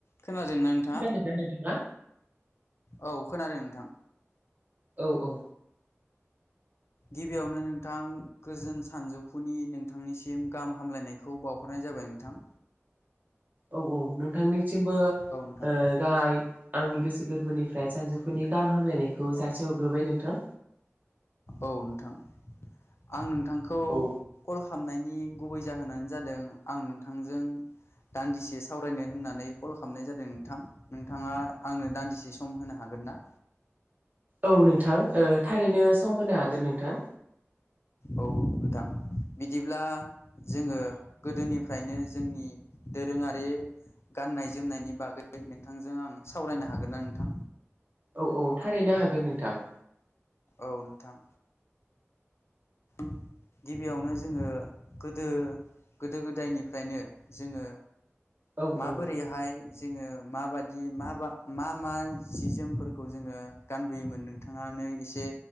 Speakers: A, on the left (about 60°); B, on the right (about 35°).
A: खोनादोंना नोंथाङा?
B: खोनादोंना नोंथाङा?
A: औ खोनादों नोंथां।
B: औ औ
A: गिबियावनो नोंथां गोजोन सानजौफुनि नोंथांनिसिम गाहाम हामलायनायखौ बावहरनाय। जाबाय नोंथां।
B: औ औ नोंथांनिसिमबो
A: औ नोंथां
B: ओ गाहाय आंनि गोसो गोरबोनिफ्राय सानजौफुनि गाहाम हामलायनायखौ जासि हरग्रोबाय नोंथां।
A: औ नोंथां आं नोंथांखौ
B: औ
A: कल खालामनायनि गुबै जाहोनानै जादों आं नोंथांजों। दान्दिसे सावरायनो होननानै कल खालामनाय जादों। नोंथां नोंथाङा आंनो दान्दिसे सम होनो हागोन? ना?
B: औ नोंथां ओ थारैनो सम होनो हागोन नोंथां।
A: औ नोंथां। बिदिब्ला जोङो गोदोनिफ्रायनो जोंनि दोरोङारि। गाननाय - जोमनायनि बागै नोंथांजों आं सावरायनो हागोन ना नोंथां?
B: औ - औ थारैनो हागोन नोंथां।
A: औ नोंथां। <unintelligible> गिबियावनो जोङो गोदो - गोदो - गोदायनिफ्रायनो जोङो।
B: औ
A: माबोरैहाय
B: औ
A: जोङो माबादि माबा मा - मा सि - जोमफोरखौ जोङो गानबोयोमोन नोंथाङा माने एसे